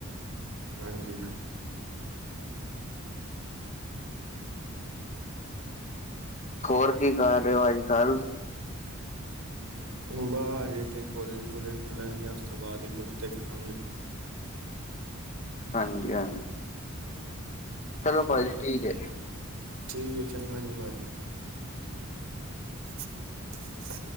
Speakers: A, on the right (about 85°); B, on the left (about 35°).
A: ਹਾਂਜੀ।
B: ਹੋਰ ਕੀ ਕਰ ਰਿਓ ਅੱਜ-ਕੱਲ?
A: ਵਾ ਜੇ ਤੇ ਕੋਲੇਜ ਕੂਲਜ ਖੁੱਲਣਗੇ ਉਸ ਤੋਂ ਬਾਦ ਈ ਕੁਝ ਦੇਖਾਂਗੇ।
B: ਹਾਂਜੀ <unintelligible> ਚਲੋ ਭਾਅਜੀ ਠੀਕ ਏ।
A: ਠੀਕ ਐ ਚੰਗਾ ਜੀ ਭਾਅਜੀ। <inaudible>